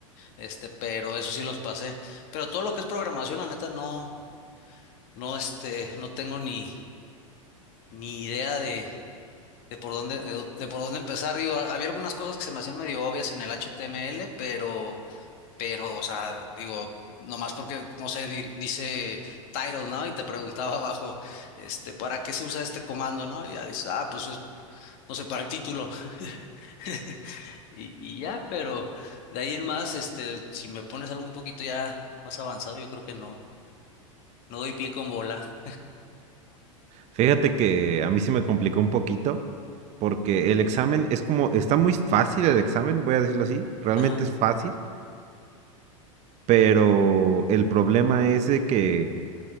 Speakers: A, on the left; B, on the right.
A: Este, pero eso sí los pasé. Pero todo lo que es programación, la neta, no, no, este, no tengo ni, ni idea de, de por dónde, de, dó- de por dónde empezar. Digo, ha- había algunas cosas que se me hacían medio obvias en el HTML, pero, pero, o sea, digo, nomás porque, no sé, di- dice title, ¿no? Y te preguntaba <laughs> abajo, este, ¿para qué se usa este comando, no? Y ya dices, ah, pues es, no sé, para el título. <laughs> Y, y ya, pero de ahí en más, este, si me pones algo un poquito ya más avanzado, yo creo que no, no doy pie con bola.
B: Fíjate que a mí se me complicó un poquito, porque el examen es como, está muy fácil el examen, voy a decirlo así, realmente
A: Ajá.
B: es fácil, pero el problema es de que